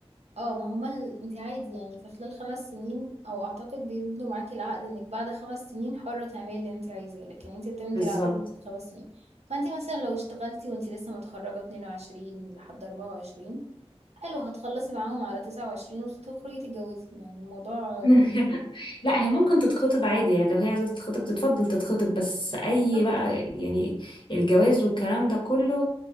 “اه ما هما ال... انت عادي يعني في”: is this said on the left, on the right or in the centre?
Right